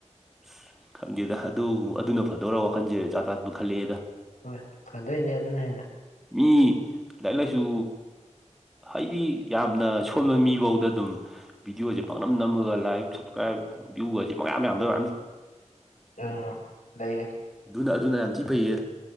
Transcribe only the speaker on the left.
ꯍꯣꯏ ꯐꯥꯗꯣꯏꯅꯦ ꯑꯗꯨꯅ ꯍꯦꯟꯅ
ꯑꯥ ꯂꯩꯩꯔꯦ